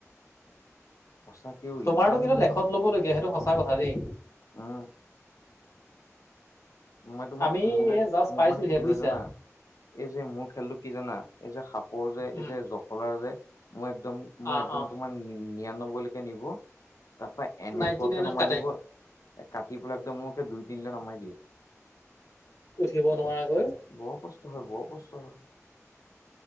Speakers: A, on the left; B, on the left.
A: সঁচাকেও
B: তোমাৰতো
A: ইমান
B: কিন্তু
A: মানে
B: লেখত লব লগগীয়া সেইটো সঁচা কথা দেই
A: উম মই তোমাৰ
B: আমি
A: মোক
B: এই জাষ্ট
A: মোক
B: পাইছোহে
A: মানে কি
B: বুজিছা
A: হয় জানা এই যে মোৰ খেলটো কি জানা এই যে সাপৰ যে এই
B: উম
A: যে জখলাৰ যে মই একদম মই
B: অ
A: একদম
B: অ
A: তোমাৰ নিৰান্নব্বৈলৈ কে নিব তাৰপা এনেকুৱাকে
B: নাইনটি নাইনত
A: নমাই
B: কাটে
A: দিব এ কাটি পেলাই একদম মোক দুই তিনিটে নমাই দিয়ে
B: উঠিব নোৱাৰাকৈ
A: বৰ কষ্ট হয় বৰ কষ্ট হয়